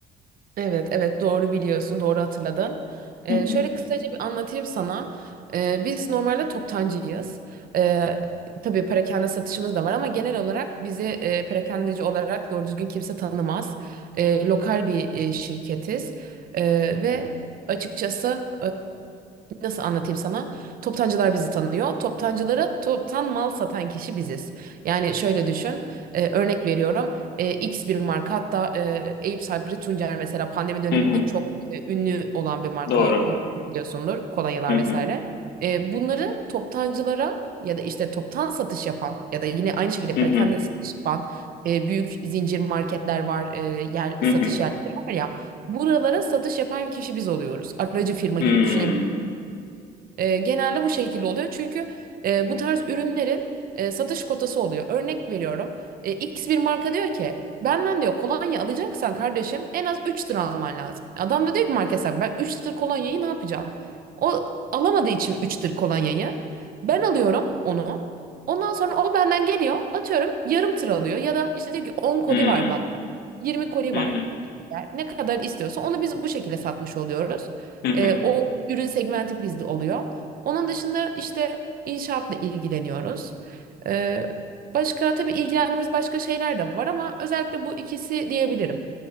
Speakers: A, on the right (about 60°); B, on the left (about 70°).
A: Evet evet doğru biliyorsun doğru hatırladın. Ee,
B: Hı hı.
A: şöyle kısaca bir anlatayım sana. Ee, biz normalde toptancıyız. Ee, tabii perakende satışımız da var ama genel olarak bizi e, perakendeci olarak doğru düzgün kimse tanımaz. Ee, lokal bir e, şirketiz. Ee, ve açıkçası Nasıl anlatayım sana? Toptancılar bizi tanıyor. Toptancılara toptan mal satan kişi biziz. Yani şöyle düşün. e, örnek veriyorum. e, X bir marka hatta e, Eyüp Sabri Tuncer mesela pandemi döneminde
B: Hı hı.
A: çok e, ünlü olan bir marka
B: Doğru.
A: mutlaka biliyorsundur. Kolonyalar
B: Hı hı.
A: vesaire. E, bunları toptancılara ya da işte toptan satış yapan ya da yine aynı şekilde
B: Hı
A: perakende
B: hı.
A: satış yapan e, büyük zincir marketler var. E, yer
B: Hı hı.
A: satış yerleri var ya. Buralara satış yapan kişi biz oluyoruz. Aracı firma
B: Hmm.
A: gibi düşünebiliriz. E, genelde bu şekilde oluyor. Çünkü e, bu tarz ürünlerin e, satış kotası oluyor. Örnek veriyorum. E, X bir marka diyor ki benden diyor kolonya alacaksan kardeşim en az 3 tır alman lazım. Adam da diyor ki market sahibi ben 3 tır kolonyayı ne yapacağım? O alamadığı için 3 tır kolonyayı ben alıyorum onu. Ondan sonra o benden geliyor atıyorum yarım tır alıyor ya da işte diyor ki 10 koli
B: Hmm.
A: var bana. 20 koli
B: Hı
A: var.
B: hı.
A: Ne kadar istiyorsa onu biz bu şekilde satmış oluyoruz.
B: Hı hı.
A: Ee, o ürün segmenti bizde oluyor. Onun dışında işte inşaatla ilgileniyoruz. Ee, başka tabii ilgilendiğimiz başka şeyler de var ama özellikle bu ikisi diyebilirim.